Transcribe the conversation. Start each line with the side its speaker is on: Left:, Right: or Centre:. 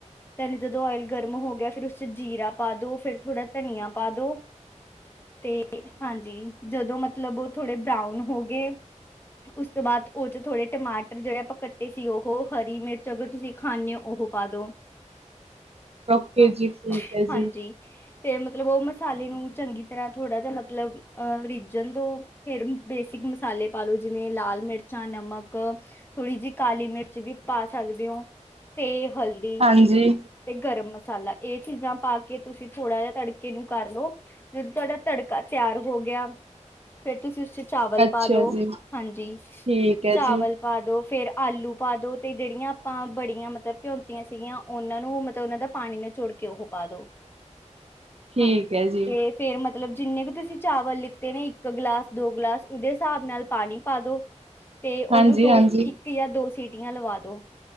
Left: ਤਨ ਜਦੋਂ ਓਇਲ ਗਰਮ ਹੋ ਗਿਆ, ਫਿਰ ਉਸ ਚ ਜੀਰਾ ਪਾ ਦੋ, ਫੇਰ ਥੋੜਾ ਧਨੀਆ ਪਾ ਦੋ, ਤੇ ਹਾਂਜੀ ਜਦੋਂ ਮਤਲਬ ਉਹ ਥੋੜੇ ਬਰਾਊਨ ਹੋ ਗਏ। ਉਸ ਤੋਂ ਬਾਅਦ, ਉਹ ਚ ਥੋੜੇ ਟਮਾਟਰ ਜਿਹੜੇ ਆਪਾਂ ਕੱਟੇ ਸੀ, ਉਹ ਹਰੀ ਮਿਰਚ ਅਗਰ ਤੁਸੀਂ ਖਾਂਨੇ ਓ ਉਹ ਪਾਦੋਂ
Right: <inaudible>
Left: ਹਾਂ
Right: ਜੀ ਠੀਕ ਹੈ
Left: ਹਾਂਜੀ
Right: ਜੀ
Left: ਤੇ ਮਤਲਬ, ਉਹ ਮਸਾਲੇ ਨੂੰ ਚੰਗੀ ਤਰ੍ਹਾਂ ਥੋੜਾ ਜਿਹਾ ਮਤਲਬ ਅਹ ਰੀਝਣ ਦੋ ਫੇਰ ਬੇਸਿਕ ਮਸਾਲੇ ਪਾਲੋ, ਜਿਵੇਂ ਲਾਲ ਮਿਰਚਾਂ, ਨਮਕ ਥੋੜ੍ਹੀ ਜੀ ਕਾਲੀ ਮਿਰਚ ਵੀ ਪਾ ਸਕਦੇ ਹੋ। ਤੇ ਹਲਦੀ,
Right: ਹਾਂਜੀ
Left: ਤੇ ਗਰਮ ਮਸਾਲਾ, ਇਹ ਚੀਜ਼ਾਂ ਪਾ ਕੇ ਤੁਸੀਂ ਥੋੜ੍ਹਾ ਜਿਹਾ ਤੜ ਕੇ ਨੂੰ ਕਰ ਲੋ, ਜਦੋਂ ਤੁਹਾਡਾ ਤੜਕਾ ਤਿਆਰ ਹੋ ਗਿਆ। ਫੇਰ ਤੁਸੀਂ ਉਸ ਚ ਚਾਵਲ
Right: ਅੱਛਾ
Left: ਪਾ ਦੋ,
Right: ਜੀ
Left: ਹਾਂਜੀ
Right: ਠੀਕ ਹੈ
Left: ਚਾਵਲ
Right: ਜੀ
Left: ਪਾ ਦੋ ਫੇਰ ਆਲੂ ਪਾ ਦੋ, ਤੇ ਜਿਹੜੀਆਂ ਆਪਾਂ ਬੜੀਆਂ ਮਤਲਬ ਭਿਉਂਤੀਆਂ ਸੀਗੀਆਂ ਉਹਨਾਂ ਨੂੰ ਮਤਲਬ ਉਹਨਾਂ ਦਾ ਪਾਣੀ ਨਚੋੜ ਕੇ ਉਹ ਪਾ ਦੋ
Right: ਠੀਕ
Left: ਹਾਂਜੀ
Right: ਹੈ ਜੀ
Left: ਤੇ ਫੇਰ ਮਤਲਬ ਜਿੰਨੇ ਕੇ ਤੁਸੀਂ ਚਾਵਲ ਲਿੱਤੇ ਨੇ ਇੱਕ ਗਲਾਸ ਦੋ ਗਲਾਸ, ਉਹਦੇ ਹਿਸਾਬ ਨਾਲ ਪਾਣੀ ਪਾ ਦੋ
Right: <inaudible>
Left: ਤੇ ਉਹਨੂੰ
Right: ਹਾਂਜੀ
Left: ਦੋ
Right: ਹਾਂਜੀ
Left: ਇੱਕ ਯਾ ਦੋ ਸੀਟੀਆਂ ਲਵਾ ਦੋ